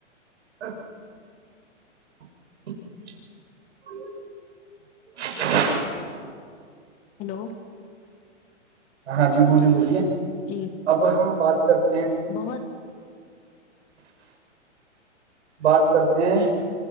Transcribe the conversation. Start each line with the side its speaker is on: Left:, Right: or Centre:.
Right: ہ رذبآآربب
Left: ہیلو
Right: ہاں جی بولیے بولیے
Left: جی
Right: اب ہم <unintelligible>
Left: بہت
Right: بات کرتے ہیں